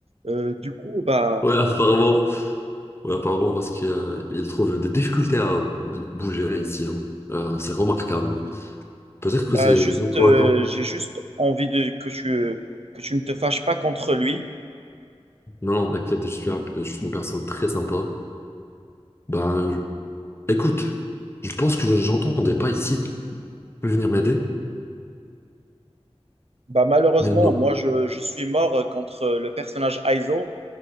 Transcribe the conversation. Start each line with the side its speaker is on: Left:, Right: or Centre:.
Right: Euh, du coup, bah,
Left: Ouais, apparemment. Ouais, apparemment, parce qu'il trouve des difficultés à bou- bouger ici. hein. Euh, c'est remarquable. Peut-être
Right: bah
Left: que c'est une
Right: juste,
Left: cohésion.
Right: euh, j'ai juste envie de, que tu, que tu ne te fâches pas contre lui.
Left: Non, non, t'inquiète, je suis, un- je suis une personne très sympa. Ben, je- écoute, je pense que je- j'entendais pas ici. Tu peux venir m'aider?
Right: Bah, malheureusement,
Left: Mais non.
Right: moi, je, je suis mort contre le personnage Aizo.